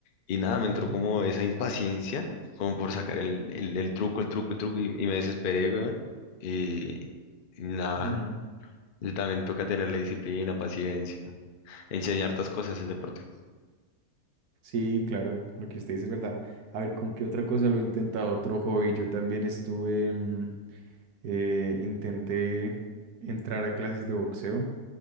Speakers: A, on the left (about 60°); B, on the right (about 85°).
A: Y nada, me
B: ujú,
A: entró como esa impaciencia, como por sacar el, el, el truco, el truco, el truco, y, y me desesperé, weón. Y, y nada,
B: ujú.
A: y también toca tener la disciplina, paciencia, enseñar estas cosas el deporte,
B: Sí, claro, lo que usted dice es verdad. A ver, ¿con qué otra cosa lo he intentado? Otro hobby. Yo también estuve, mm, eh, intenté entrar a clases de boxeo